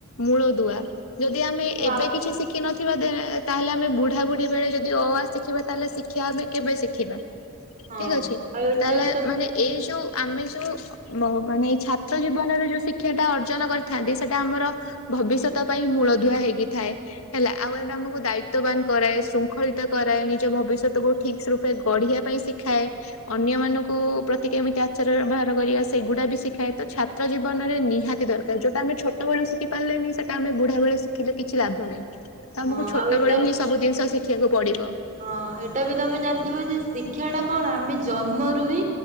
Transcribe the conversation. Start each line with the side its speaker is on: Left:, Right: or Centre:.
Left: ମୂଳଦୁଆ ଯଦି ଆମେ
Right: ହଁ
Left: ଏବେ
Right: ଆଉ
Left: କିଛି ଶିଖ ଶିଖିନଥିବା ଦେଏଁ ତାହେଲେ ଆମେ ବୁଢା ବୁଢୀ ବେଳେ ଯଦି ଅ ଆ ଶିଖିବା ତାହେଲେ ଶିକ୍ଷା ଆମେ କେବେ ଶିଖିବା?
Right: ହଁ
Left: ଠିକ ଅଛି
Right: ଆଉ ଏଟା
Left: ତାହେଲେ
Right: ବି ତମେ
Left: ମାନେ
Right: ଜାଣି
Left: ଏଇ ଯୋଉ ଆମେ ଯୋଉ ମ ମାନେ ଏଇ ଛାତ୍ର ଜୀବନ ମାନେ ଏ ଯୋଉ ଶିକ୍ଷାଟା ଅର୍ଜନ କରିଥାନ୍ତି ସେଇଟା ଆମର ଭବିଷ୍ୟତ ପାଇଁ ମୂଳଦୁଆ ହେଇକି ଥାଏ। ହେଲା ଆଉ ଏଇଟା ଆମକୁ ଦାୟିତ୍ୱବାନ କରାଏ ଶୃଙ୍ଖଳିତ କରାଏ ନିଜ ଭବିଷ୍ୟତକୁୁ ଠିକସ୍ ରୂପେ ଗଢିବା ପାଇଁ ଶିଖ ଖାଏ ଅନ୍ୟମାନଙ୍କୁ ପ୍ରତି କେମିତି ଆଚାର ବ୍ୟବହାର କରିବା ସେଗୁଡାବି ଶିଖାଏତ ଛାତ ଛାତ୍ର ଜୀବନରେ ନିହାତି ଦରକାର ଯୋଉଟା ଆମେ ଛୋଟବୋଳୁ ଶିଖି ପାରିଲେନି ସେଟା ଆମେ ବୁଢାବେଳେ ଶିଖିଲେ କିଛି ଲାଭ ନାହିଁ। ତମକୁ
Right: ହଁ
Left: ଛୋଟ
Right: ଆଉ ଏଟା
Left: ବେଳୁହିଁ ସବୁ ଜିନିଷ ଶିଖିବାକୁ ପଡିବ।
Right: ହଁ ଏଇଟାବି ତମେ ଜାଣିଥିବଯେ ଶିକ୍ଷାଟା କଣ ଆମେ ଜନ୍ମରୁ ହିଁ